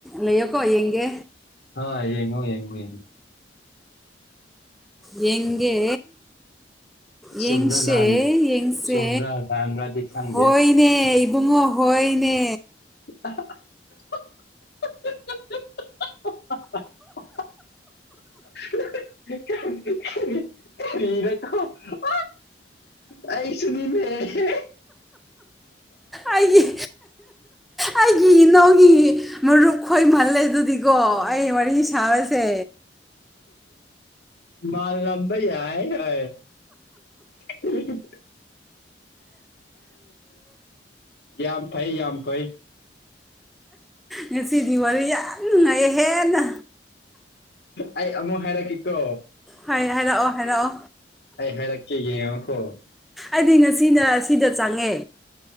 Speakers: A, in the centre; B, on the left.
A: ꯂꯩꯌꯣꯀꯣ ꯌꯦꯡꯒꯦ
B: ꯑ ꯌꯦꯡꯉꯣ ꯌꯦꯡꯉꯣ ꯌꯦꯡꯉꯣ
A: ꯌꯦꯡꯒꯦ
B: ꯆꯨꯝꯕ꯭ꯔꯥ
A: ꯌꯦꯡꯁꯦ
B: ꯂꯥꯟ
A: ꯌꯦꯡꯁꯦ
B: ꯆꯨꯝꯕ꯭ꯔꯥ ꯂꯥꯟꯕ꯭ꯔꯥꯗꯤ ꯈꯪꯗꯦ
A: ꯍꯣꯏꯅꯦ ꯏꯕꯨꯡꯉꯣ ꯍꯣꯏ ꯄꯥꯏꯅꯦ
B: <unintelligible> <unintelligible> ꯐꯔꯣ ꯑꯩꯁꯨꯅꯤꯅꯦ ꯍ
A: ꯑꯩꯒꯤ ꯑꯩꯒꯤ ꯏꯅꯥꯎꯒꯤ ꯃꯔꯨꯞ ꯈꯣꯏꯃꯜꯂꯦ ꯑꯗꯨꯗꯤ ꯀꯣ ꯑꯩ ꯋꯥꯔꯤ ꯁꯥꯕꯁꯦ
B: ꯃꯥ ꯂꯝꯝꯕꯩ ꯌꯥ ꯍ <unintelligible> ꯌꯥꯌꯥꯝ ꯐꯩ ꯌꯥꯝꯝ ꯐꯥꯏ
A: ꯉꯁꯤꯗꯤ ꯋꯥꯔꯤ ꯌꯥꯝ ꯅꯨꯡꯉꯥꯏ ꯍꯦꯟꯅ
B: ꯑꯩ ꯑꯃꯨꯛ ꯍꯥꯏꯔꯛꯀꯦꯀꯣ
A: ꯍꯥꯏ ꯍꯥꯏꯔꯛꯑꯣ ꯍꯥꯏꯔꯛꯑꯣ
B: ꯑꯩ ꯍꯥꯏꯔꯛꯀꯦ ꯌꯦꯡꯉꯣꯀꯣ
A: ꯑꯩꯗꯤ ꯉꯁꯤꯅ ꯁꯤꯗ ꯆꯪꯉꯦ